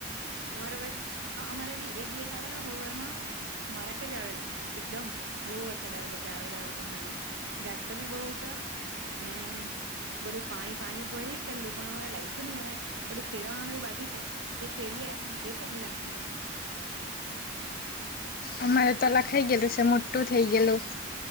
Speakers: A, on the right; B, on the left.
A: અમારા વ ત હા અમારે ભી એક દિવસ આવેલો હવારમાં મારા ખેજ આવેલો એકદમ બહુ વરસાદ આવેલો જાઝડો જાડો હોય એ ગાત તો બી બહુટા ને બધું પાણી પાણી ભરી કરલું પણ હવે લાઈખ્યું નહી હવે બધું ખેડવાનુંને એવું બાકી છે તે ખેડીએ તે પોહી લખો અમે
B: અમારે તો લખાઈ ગયલું છે મોટું થઇ ગયલું.